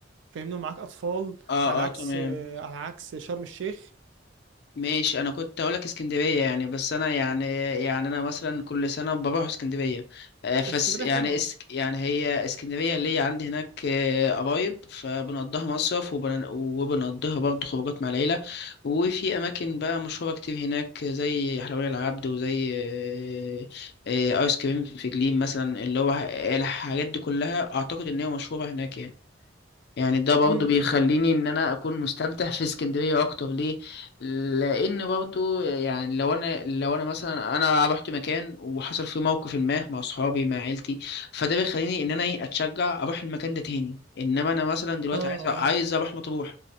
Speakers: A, on the right (about 70°); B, on the left (about 60°).
A: فاهمني ومعاك اطفال
B: اه
A: على عكس
B: تمام
A: آه، على عكس شرم الشيخ
B: ماشي انا كنت هقول لك اسكندريه يعني بس انا يعني يعني انا مثلا كل سنه بروح اسكندريه آه، فس
A: اسكندرية
B: يعني
A: حلوة
B: اسك يعني هي اسكندريه اللي هي عندي هناك آه، قرايب فبنقضيها مصيف وبن- وبنقضيها برضه خروجات مع العيله وفي اماكن بقى مشهوره كتير هناك زي حلوية العبد وزي آه، آه، ايس كريم في جليم مثلا اللي هو الحاجات دي كلها اعتقد ان هي مشهوره هناك يعني يعني ده برضو
A: امم
B: بيخليني ان انا اكون مستمتع في اسكندرية اكتر ليه لان برضو يعني لو انا لو انا مثلا انا رحت مكان وحصل فيه موقف ما مع اصحابي مع عيلتي فده بيخليني ان انا ايه اتشجع اروح المكان ده تاني انما انا مثلا دلوقتي
A: اه
B: عايز عايز اروح مطروح